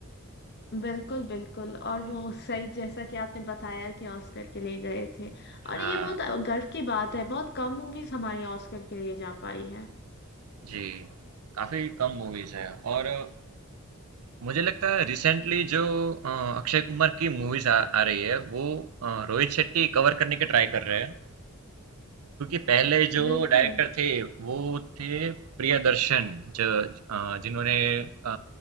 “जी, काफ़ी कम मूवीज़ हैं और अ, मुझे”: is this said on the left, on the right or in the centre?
Right